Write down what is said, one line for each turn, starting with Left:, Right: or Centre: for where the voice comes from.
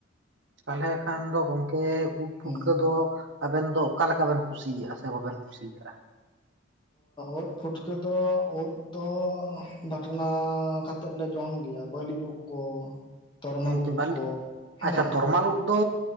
Right: ᱛᱟᱦᱚᱞᱮ ᱠᱷᱟᱱ ᱫᱚ ᱜᱚᱝᱠᱮ ᱩᱫᱽ ᱯᱩᱴᱠᱟᱹ
Left: ᱦᱩᱸ
Right: ᱫᱚ ᱟᱵᱮᱱ ᱫᱚ ᱚᱠᱟᱞᱮᱠᱟ ᱵᱮᱱ ᱠᱩᱥᱤᱭᱟᱜᱼᱟ, ᱥᱮ ᱵᱟᱵᱮᱱ ᱠᱩᱥᱤᱭᱟᱜᱼᱟ?
Left: ᱚᱛ ᱯᱷᱩᱴᱠᱟᱹ ᱫᱚ ᱳᱫᱽ, ᱫᱚ ᱵᱟᱴᱱᱟ ᱠᱟᱛᱮᱫ ᱞᱮ ᱡᱚᱢ ᱜᱮᱭᱟ ᱵᱟᱹᱞᱤ ᱩᱫ ᱠᱚ᱾ ᱛᱚᱨᱢᱟᱞ
Right: ᱦᱩᱸ
Left: ᱩᱫ
Right: ᱵᱟᱹᱞᱤ
Left: ᱠᱚ ᱦᱮᱸ
Right: ᱟᱪᱪᱷᱟ ᱛᱚᱨᱢᱟᱞ ᱩᱫᱽ ᱫᱚ,